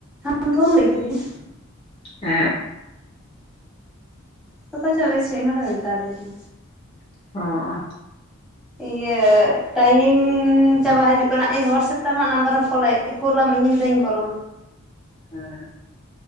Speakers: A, in the centre; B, on the left.
A: ᱟᱢ ᱫᱚ ᱵᱟᱢ ᱞᱟᱹᱭ ᱠᱟᱫᱤᱧᱟ?
B: ᱮᱸᱦᱮᱸᱜ᱾
A: ᱚᱠᱚᱭ ᱪᱚ ᱵᱮᱥ ᱢᱤᱫ ᱦᱚᱲᱮ ᱢᱮᱛᱟᱫᱤᱧᱟ᱾
B: ᱚᱻ
A: ᱤᱭᱟᱹ ᱴᱟᱭᱤᱢ ᱩᱸ ᱪᱟᱵᱟ ᱦᱟᱹᱡᱩᱜ ᱠᱟᱱᱟ ᱮ ᱦᱳᱣᱟᱴᱥᱮᱯ ᱛᱮ ᱟᱢᱟᱜ ᱱᱟᱢᱵᱟᱨᱮᱢ ᱠᱚᱞᱮᱫ ᱠᱩᱞᱟᱢ ᱤᱧ ᱢᱤᱫᱷᱟᱣ ᱤᱧ ᱫᱟᱹᱧ ᱠᱚᱞᱟᱢᱟ ᱾
B: ᱦᱮᱸ ᱦᱮᱸ᱾